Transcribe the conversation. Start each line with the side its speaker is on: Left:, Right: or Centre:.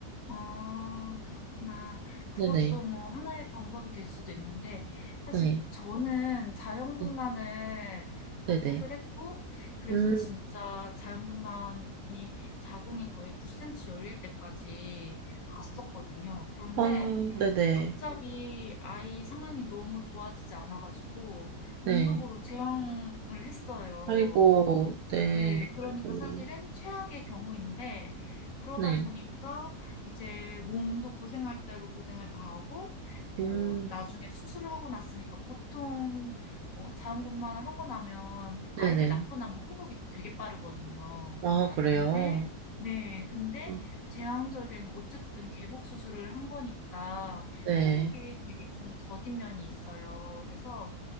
Left: 아, 그렇구나. 그것도
Right: 네네.
Left: 뭐 하나의 방법이 될 수도 있는데, 사실
Right: 네.
Left: 저는 자연분만을
Right: 네.
Left: 선택을
Right: 네네.
Left: 했고, 그래서
Right: 음.
Left: 진짜 자연분만이 자궁이 거의 9cm 열릴 때까지 갔었거든요. 그런데
Right: 아, 네네.
Left: 갑자기 아이 상황이 너무 좋아지지 않아가지고,
Right: 네.
Left: 응급으로 제왕을 했어요.
Right: 아이고, 네.
Left: 네. 그러니까
Right: 아이고,
Left: 사실은 최악의 경우인데 그러다
Right: 네.
Left: 보니까 이제 몸도 고생할 대로 고생을 다 하고 뭐
Right: 음.
Left: 나중에 수술을 하고 났으니까 보통 어 자연분만을 하고 나면 아이를
Right: 네네.
Left: 낳고 나면 회복이 되게 빠르거든요.
Right: 아, 그래요?
Left: 근데 네. 근데
Right: 음,
Left: 제왕절개는 어쨌든 개복 수술을 한 거니까
Right: 네.
Left: 회복이 되게 좀 더딘 면이 있어요. 그래서